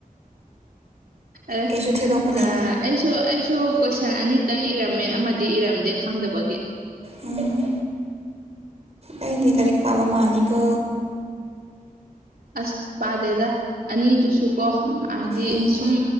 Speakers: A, on the right (about 80°); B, on the right (about 45°).
A: ꯑ
B: ꯀꯩꯁꯨ ꯊꯦꯗꯣꯛꯄ ꯂꯩꯇꯦ
A: ꯑ ꯑꯩꯁꯨ ꯑꯩꯁꯨ ꯀꯣꯏꯁꯟ ꯑꯅꯤꯇꯪ ꯏꯔꯝꯃꯦ ꯑꯃꯗꯤ ꯏꯔꯝꯗꯦ ꯈꯪꯗꯕꯒꯤ
B: ꯎꯝ ꯑꯩꯗꯤ ꯂꯩꯔꯦ ꯄꯕꯥ ꯃꯥꯅꯤꯀ
A: ꯑꯁ ꯄꯥꯗꯦꯗ ꯑꯅꯤꯗꯨꯁꯨ ꯀꯣ ꯍꯥꯏꯗꯤ
B: ꯎꯝ
A: ꯁꯨꯝ